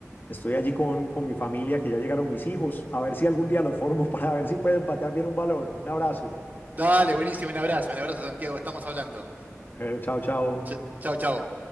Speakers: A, on the left; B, on the right.
A: estoy allí con, con mi familia, que ya llegaron mis hijos. A ver si algún día los formo <laughs> para ver si pueden patear bien un balón. Un abrazo.
B: Dale, buenísimo, un abrazo, un abrazo Santiago, estamos hablando.
A: Bueno, chao, chao.
B: Ch- chau, chau.